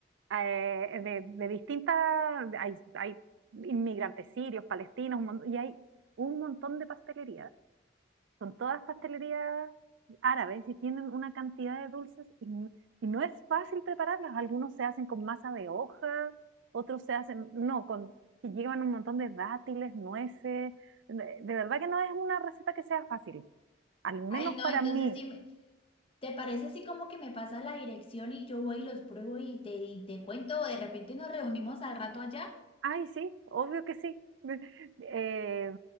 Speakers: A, on the right; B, on the left.
A: eh, de, de distintas, hay, hay inmigrantes sirios, palestinos, un mon- y hay un montón de pastelerías son todas pastelerías árabes y tienen una cantidad de dulces y, n- y no es fácil prepararlas. Algunos se hacen con masa de hoja, otros se hacen, no, con, y llevan un montón de dátiles, nueces. De, de verdad que no es una receta que sea fácil, al menos
B: Ay, no,
A: para
B: entonces
A: mí.
B: sí. ¿Te parece así como que me pasas la dirección y yo voy y los pruebo y te, y te cuento o de repente nos reunimos al rato allá?
A: Ay, sí, obvio que sí. <laughs> Eh,